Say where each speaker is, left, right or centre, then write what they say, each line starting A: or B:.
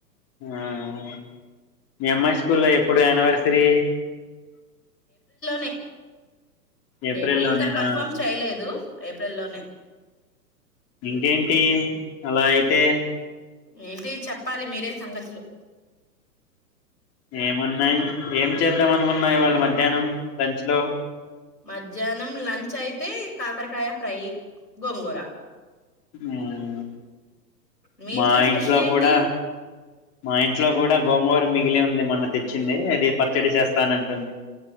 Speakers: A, on the left (about 30°); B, on the left (about 85°).
A: ఆ ఉ మీ అమ్మాయి స్కూల్లో ఎప్పుడు యానివర్సరీ
B: ఏ
A: ఏప్రిల్
B: డేటు
A: లోనేనా
B: ఇంకా కన్ఫామ్ చేయలేదు ఏప్రిల్ లోనే
A: ఇంకేంటి అలా అయితే
B: ఏంటి చెప్పాలి మీరే సంగతులు
A: ఏం ఉన్నాయి ఏం చేద్దాం అనుకున్నా ఇవాళ మధ్యాహ్నం లంచ్ లో
B: మధ్యాహ్నం లంచ్ అయితే కాకరకాయ ఫ్రై గోంగూర
A: మ్మ్
B: మీ
A: మా
B: స్పెషల్
A: ఇంట్లో
B: ఏంటి
A: కూడా మా ఇంట్లో కూడా గోంగూర మిగిలి ఉంది మనకు తెచ్చింది అది పచ్చడి చేస్తాన్ అంటుంది